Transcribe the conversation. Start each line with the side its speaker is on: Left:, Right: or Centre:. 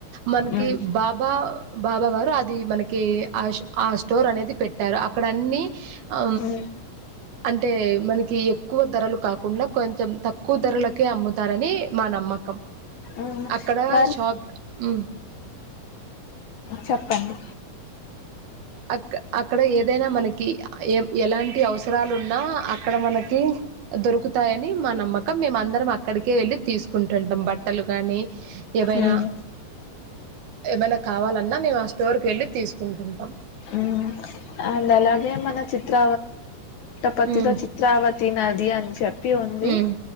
Right: మనకి
Left: ఉమ్
Right: బాబా బాబా వారు అది మనకి ఆ ఆ స్టోర్ బాబా వారు అది మనకి ఆ స్టోర్ అనేది పెట్టారు అక్కడ అన్ని ఆ
Left: ఉమ్
Right: అంటే మనకి ఎక్కువ ధరలు కాకుండా కొంచెం తక్కువ ధరలకే అమ్ముతారని మా నమ్మకం
Left: ఉమ్
Right: అక్కడ
Left: మరి
Right: షాప్ ఊ
Left: చెప్పండి
Right: అ అక్కడ ఏదైనా మనకి ఎలాంటి అవసరాలు ఉన్నా అక్కడ మనకి దొరుకుతాయని మా నమ్మకం మేము అందరం అక్కడికే వెళ్ళి అక్కడ ఏదైనా మనకి ఎలాంటి అవసరలున్న అక్కడమనకి దొరుకుతాయాని తీసుకుంటుంటాం బట్టలు కాని ఏమైనా
Left: ఉమ్
Right: ఏమైనా కావాలన్నా మేము ఆ స్టోర్కి వెళ్ళి తీసుకుంటుంటాం
Left: ఉమ్ అండ్ అలాగే మన చిత్ర పలో
Right: ఉమ్
Left: చిత్రావతి నది అని చెప్పి ఉంది
Right: ఉమ్